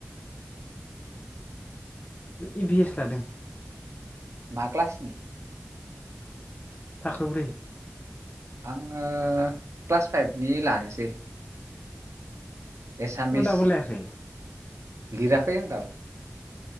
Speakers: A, on the left; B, on the right.
A: इ भि एस लादों।
B: मा क्लासनि?
A: थाखोब्रै।
B: आङो क्लास फाइभनि लानोसै। एसामिस
A: बेखौ दाबो लायाखै
B: लिराखै आं दाबो।